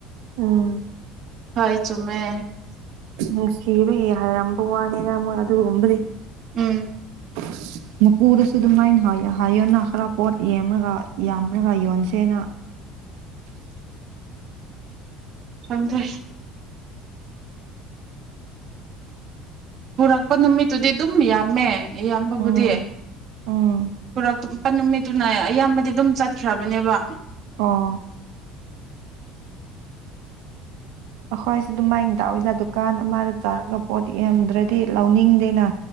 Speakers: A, on the right; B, on the right.
A: ꯎꯝ
B: ꯍꯣꯏ ꯆꯨꯃꯦ
A: ꯎꯪ ꯁꯤꯕꯌꯦ ꯍꯥꯏꯔꯝꯕ ꯋꯥꯅꯤꯅ ꯑꯃꯛ ꯑꯗꯨ ꯉꯨꯝꯕ꯭ꯔꯦ
B: ꯎꯝ
A: ꯑ ꯃꯄꯨꯗꯁꯨ ꯑꯗꯨꯃꯥꯏꯅ ꯍꯋ ꯍꯥꯏꯌꯣꯟꯅ ꯈꯔ ꯄꯣꯠ ꯌꯦꯔꯒ ꯌꯥꯝ꯭ꯔꯒ ꯌꯣꯟꯁꯦꯅ <unintelligible>
B: ꯍꯪꯗ ꯄꯨꯔꯛꯄ ꯅꯨꯃꯤꯠꯇꯨꯗꯤ ꯑꯗꯨꯝ ꯌꯥꯝꯃꯦ ꯏꯌꯥꯝꯕꯕꯨꯗꯤ
A: ꯎꯝ ꯎꯝ
B: ꯂꯄ ꯅꯨꯃꯤꯠꯇꯨꯅ ꯑꯌꯥꯝꯕꯗꯤ ꯑꯗꯨꯝ ꯆꯠꯈ꯭ꯔꯕꯅꯦꯕ
A: ꯑꯥ ꯑꯩꯈꯣꯏꯁꯨ ꯑꯗꯨꯃꯥꯏꯅ ꯇꯥꯛꯏꯗ ꯗꯨꯀꯥꯟ ꯑꯃꯗ ꯆꯪꯉꯒ ꯄꯣꯠ ꯌꯥꯝꯗ꯭ꯔꯗꯤ ꯂꯧꯅꯤꯡꯗꯦꯅ